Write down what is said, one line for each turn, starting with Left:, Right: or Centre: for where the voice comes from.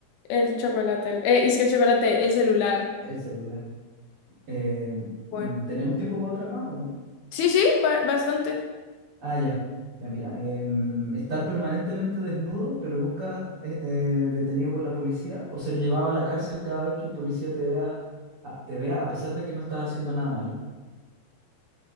Left: el chocolate. el- eh, es que el chocolate, el celular.
Right: el celular. Eh,
Left: Bueno.
Right: mm, ¿tenemos tiempo para otra más o no?
Left: Sí, sí, ba- bastante.
Right: Ah, ya, ya mira, em, estar permanentemente desnudo, pero nunca eh, eh, detenido por la policía, o ser llevado a la cárcel cada vez que un policía te vea, a- te vea a pesar de que no estás haciendo nada malo.